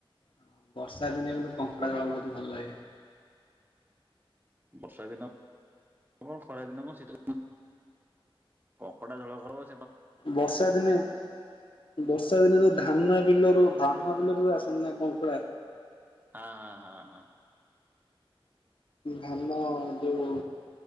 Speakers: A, on the left; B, on the right.
A: ହଁ ବର୍ଷା ଦିନେ କିନ୍ତୁ କଙ୍କଡା
B: କହନା
A: ଝୋଳ
B: କହନା
A: ବହୁତ ଭଲ ଲାଗେ
B: ବର୍ଷା ଦିନ କଣ ଖରା ଦିନ କଣ ଶୀତିନ କଙ୍କଟା ଝୋଳ କର
A: ବର୍ଷା ଦିନେ ବର୍ଷ ବର୍ଷା ଦିନେ ତ ଧାନ ବିଲରୁ ଧାନ ବିଲରେ ଆସନି ନା କଙ୍କଡା
B: ହଁ ହଁ ହଁ ହଁ
A: ଧାନ ଯୋଉ